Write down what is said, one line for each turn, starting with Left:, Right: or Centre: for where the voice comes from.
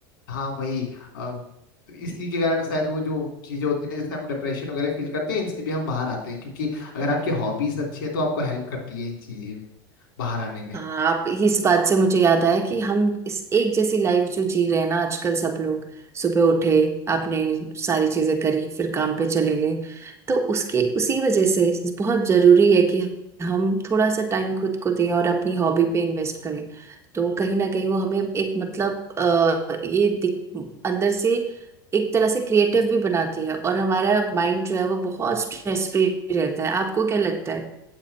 Left: हाँ वही अ, तो इसी के कारण शायद वो जो चीजें होती हैं ना, जैसे हम डिप्रेशन वगैरह फील करते हैं इनसे भी हम बाहर आते हैं क्योंकि अगर आपकी हॉबीज अच्छी है तो आपको हेल्प करती है इन चीजें में बाहर आने में
Right: हाँ आप इस बात से मुझे याद आया कि हम इस एक जैसी लाइफ जो जी रहे हैं ना आजकल सब लोग सुबह उठे आपने सारी चीजें करी फिर काम पे चले गए तो उसके उसी वजह से बहुत जरूरी है कि हम थोड़ा सा टाइम खुद को दें और अपनी हॉबी पे इन्वेस्ट करें तो कहीं ना कहीं वो हमें एक मतलब अ, ये दिख- अंदर से एक तरह से क्रिएटिव भी बनाती है और हमारा माइंड जो है वो बहुत स्ट्रेस फ्री रहता है आपको क्या लगता है